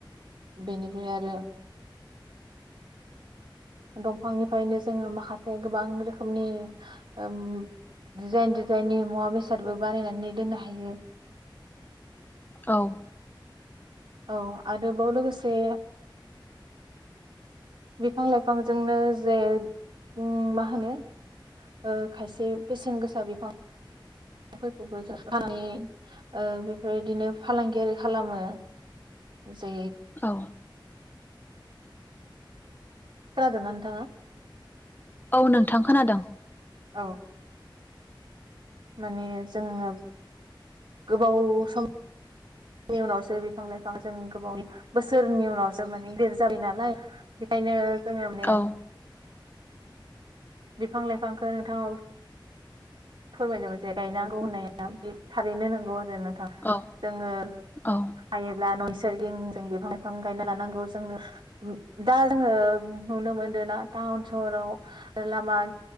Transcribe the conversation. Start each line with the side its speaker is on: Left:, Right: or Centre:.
Right: बेनिफ्राय आरो दंफांनिफ्रायनो जोङो माखासे गोबां रोखोमनि ओम डिजाइन डिजाइननि मुवा बेसादबो बानायनानै दोननो हायो।
Left: औ।
Right: औ आरोबाव लोगोसे बिफां लाइफांजोंनो जे ओम माहोनो ओ खायसे बेसेन गोसा बिफां फोरखौबो जों फाननानै ओ बेफोरबायदिनो फालांगियारि खालामो। जे
Left: औ
Right: खोनादोंना नोंथाङा?
Left: औ नोंथां खोनादों।
Right: औ। माने जोङो गोबाव सम नि उनावसो बिफां लाइफां जों गोबाव बोसोरनि उनावसो माने देर जाबाय नालाय बेखायनो <unintelligible>
Left: औ
Right: बिफां लाइफांखौ नोंथां <unintelligible> फोरमायदोंमोन जे गायनांगौ होननाया बे थारैनो नंगौ आरो नों
Left: औ
Right: जोङो
Left: औ
Right: हायोब्ला <unintelligible> <unintelligible> जों बिफां लाइफां गायना लानांगौ जोंनो उ दा जोङो नुनो मोनदो ना टाउन सहराव लामा